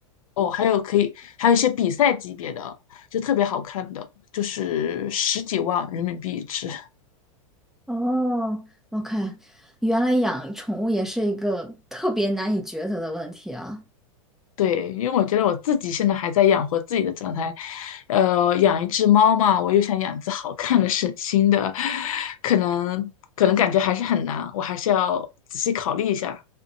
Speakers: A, on the left (about 85°); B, in the centre.
A: 哦，还有可以还有一些比赛级别的，就特别好看的，就是十几万人民币一只。
B: 哦，我看，原来养宠物也是一个特别难以抉择的问题啊。
A: 对，因为我觉得我自己现在还在养活自己的状态，呃，养一只猫嘛，我又想养一只好看的、省心的，可能可能感觉还是很难，我还是要仔细考虑一下。